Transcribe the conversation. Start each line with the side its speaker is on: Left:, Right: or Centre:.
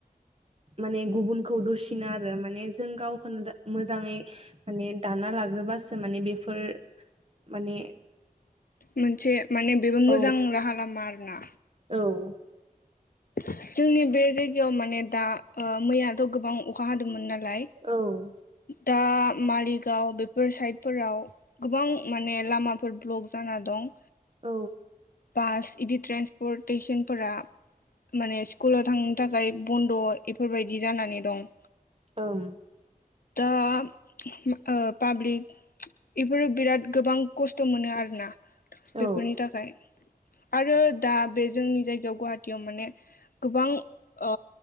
Right: माने गुबुनखौ दु नो आरो माने जों गावखौनो मोजाङै माने दाना लाग्रोबासो माने बेफोर माने
Left: मोनसे माने बेबो
Right: औ
Left: मोजां राहा लामा आरोना
Right: औ
Left: जोंनि बे जायगायाव माने दा ओ मैया थ' गोबां अखा हादोंमोन नालाय
Right: औ
Left: दा मालिगाव बेफोर साइडफोराव गोबां माने लामाफोर ब्लक जाना दं
Right: औ
Left: बास इदि ट्रेन्सपर्टेसनफोरा माने स्कुलाव थांनो थाखाय बन्द' इफोरबायदि जानानै दं
Right: ओम
Left: दा ओ पाब्लिक इफोरो बिराद गोबां खस्थ' मोनो आरो ना
Right: औ
Left: बेफोरनि थाखाय आरो दा बे जोंनि जायगायाव गुवाहाटियाव माने गोबां ओ